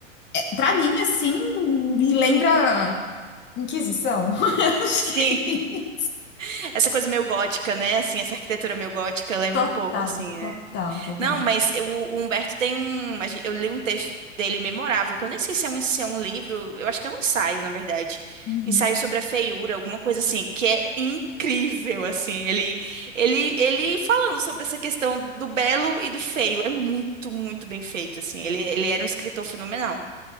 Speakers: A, on the left; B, on the right.
A: pra mim, assim, me lembra Inquisição. <laughs> Acho
B: sim,
A: que
B: <laughs> essa coisa meio gótica, né? Assim, essa arquitetura meio gótica lembra
A: total,
B: um pouco, assim, né?
A: total, total.
B: Não, mas eu- o Humberto tem um. a gen- Eu li um texto dele memorável, que eu nem sei se é um, se é um livro, eu acho que é um ensaio, na verdade.
A: Uhum.
B: Ensaio sobre a feiura, alguma coisa assim, que é incrível, assim. Ele, ele, ele falando sobre essa questão do belo e do feio. É muito, muito bem feito, assim. Ele, ele era um escritor fenomenal.